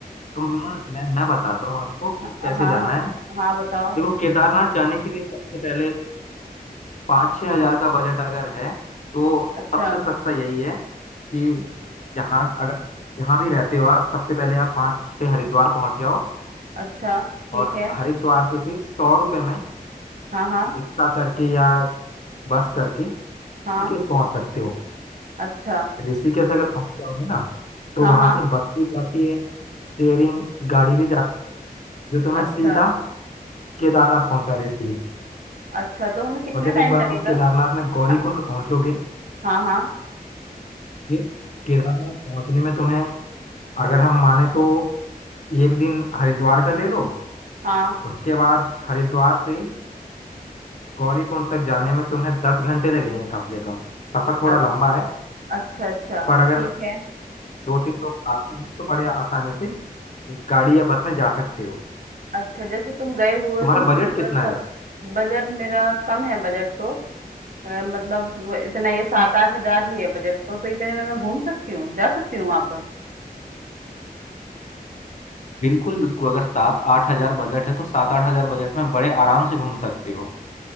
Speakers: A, on the left; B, on the right.
A: तो मैं मैं मैं बताता हूँ आपको कि
B: हाँ
A: कैसे
B: हाँ
A: जाना है
B: हाँ बताओ
A: देखो केदारनाथ जाने के लिए सबसे पहले पाँच छः हजार का बजट अगर है तो
B: अच्छा
A: सबसे सस्ता यही है कि यहाँ अगर यहाँ भी रहते हो आप सबसे पहले आप वहाँ से हरिद्वार पहुँच जाओ
B: अच्छा ठीक
A: और
B: है
A: हरिद्वार से फिर सौ रुपये में
B: हाँ हाँ
A: रिक्शा करके या बस करके ऋषिकेश
B: हाँ
A: पहुँच सकते हो
B: अच्छा
A: ऋषिकेश अगर पहुँच जाओगे ना तो
B: हाँ
A: वहाँ
B: हाँ
A: से बस भी जाती है शेयरिंग गाड़ी भी जाती है जो तुम्हें
B: अच्छा
A: सीधा केदारनाथ पहुँचा देती है
B: अच्छा तो हमें कितना
A: और जब
B: टाइम
A: एक बार
B: लगेगा
A: तुम केदारनाथ में गौरीकुंड
B: हाँ
A: पहुँचोगे
B: हाँ हाँ
A: ये केदारनाथ पहुँचने में तुम्हें अगर हम माने तो एक दिन हरिद्वार का ले लो
B: हाँ
A: उसके बाद हरिद्वार से गौरीकुंड तक जाने में तुम्हें दस घंटे लगेंगे कम से कम सफर थोड़ा
B: अ-
A: लंबा है
B: अच्छा अच्छा
A: पर अगर
B: ठीक है
A: दो तीन लोग आते हैं तो बड़े आसानी से गाड़ी या बस में जा सकते हो
B: अच्छा जैसे तुम गए हुए
A: तुम्हारा
B: हो, तो मुझे
A: बजट
B: थोड़ा
A: कितना
B: सा
A: है
B: बजट मेरा कम है बजट तो अ, मतलब वो इतना ये सात आठ हजार ही है बजट तो तो इतने में मैं घूम सकती हूँ जा सकती हूँ वहां पर
A: बिल्कुल बिल्कुल अगर सात आठ हजार बजट है तो सात आठ हजार बजट में बड़े आराम से घूम सकते हो